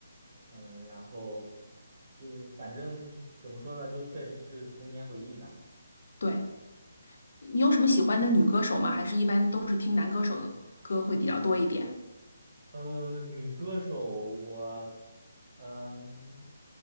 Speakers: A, on the right (about 35°); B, on the left (about 60°).
A: 嗯，然后这反正怎么说呢，就确实是童年回忆吧。
B: 对，你有什么喜欢的女歌手吗？还是一般都是听男歌手的歌会比较多一点？
A: 呃，女歌手我，嗯，